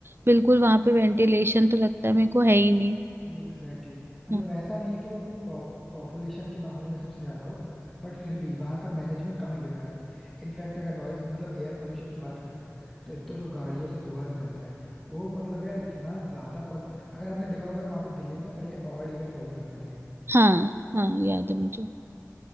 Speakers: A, on the right (about 45°); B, in the centre.
A: बिल्कुल वहां पे वेंटिलेशन तो लगता है मेरे को है ही नहीं
B: Exactly exactly. मतलब
A: हाँ
B: ऐसा नहीं है कि वो पॉपुलेशन के मामले में सबसे ज्यादा हो बट फिर भी वहाँ का मैनेजमेंट काफी बेकार है इनफैक्ट अगर नॉइज मतलब एयर पोल्यूशन की बात करें ना तो एक तो जो गाड़ियों से धुआं निकलता है वो मतलब यार इतना ज्यादा पॉल अगर आपने देखा होगा वहाँ पे दिल्ली में ना पहले ऑड इवन फॉलो करते थे
A: हाँ हाँ, याद है मुझे